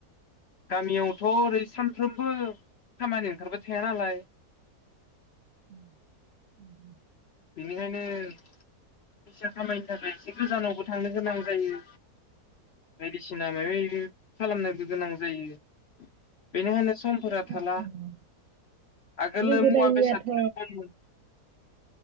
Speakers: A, on the left (about 60°); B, on the right (about 70°).
A: गामियाव थ' ओरै सानफ्रोमबो खामानि ओंखारबाय थाया नालाय।
B: उम उम उम
A: बेनिखायनो फैसा खामायनो थाखाय एसे गोजानावबो थांनो गोनां जायो। बायदिसिनानो ओइनो खालामनोबो गोनां जायो। बेनिखायनो समफोरा
B: गोदो
A: थाला आगोलो
B: गोदायनियाथ'
A: मुवा बेसादफोरो खममोन।